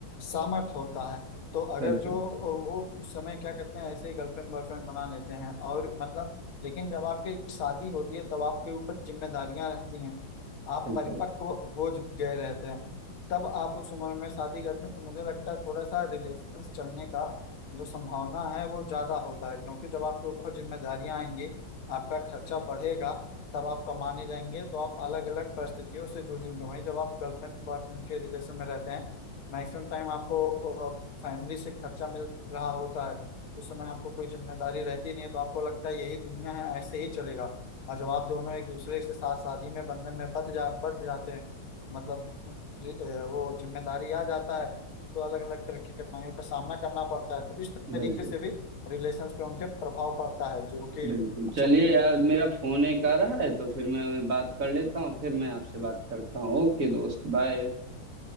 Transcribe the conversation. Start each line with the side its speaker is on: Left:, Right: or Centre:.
Left: सामर्थ्य होता है तो अगर
Right: बिल्कुल
Left: जो वो उस समय क्या करते हैं ऐसे ही गर्लफ्रेंड बॉयफ्रेंड बना लेते हैं और मतलब लेकिन जब आपकी शादी होती है तब आपके ऊपर जिम्मेदारियां रहती हैं आप
Right: बिल्कुल
Left: परिपक्व हो ज- गए रहते हैं तब आप उस उम्र में शादी करते हैं तो मुझे लगता है थोड़ा सा रिलेशन चलने का जो संभावना है वो ज्यादा होता है क्योंकि जब आपके ऊपर जिम्मेदारियां आएंगी आपका खर्चा बढ़ेगा तब आप कमाने जाएंगे तो आप अलग अलग परिस्थितियों से जूझेंगे वहीं जब आप गर्लफ्रेंड बॉयफ्रेंड के रिलेशन में रहते हैं मैक्सिमम टाइम आपको फैमिली से खर्चा मिल रहा होता है उस समय आपको कोई जिम्मेदारी रहती नहीं है तो आपको लगता है यही दुनिया है ऐसे ही चलेगा और जब आप दोनों एक दूसरे के साथ शादी में बंधन में बंध जा बंध जाते हैं मतलब जी, अ, वो जिम्मेदारी आ जाता है तो अलग अलग तरह की कठिनाइयों का सामना करना पड़ता है तो इस तरीके
Right: बिल्कुल
Left: से भी रिलेशंस पे उनके प्रभाव पड़ता है जो कि
Right: बिल्कुल
Left: अच्छा
Right: चलिए
Left: नहीं रहता
Right: यार मेरा फोन एक आ रहा है तो फिर मैं बात कर लेता हूँ फिर मैं आपसे बात करता हूँ ओके दोस्त बाय